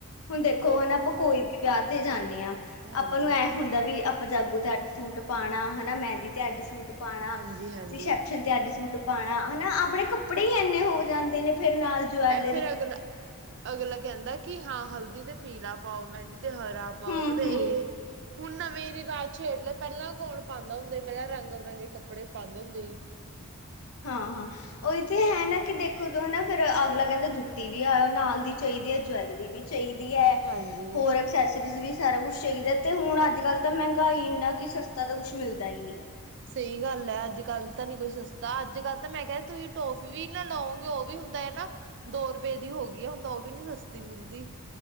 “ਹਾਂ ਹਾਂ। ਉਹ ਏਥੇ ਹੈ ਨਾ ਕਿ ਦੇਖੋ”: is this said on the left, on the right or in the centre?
Left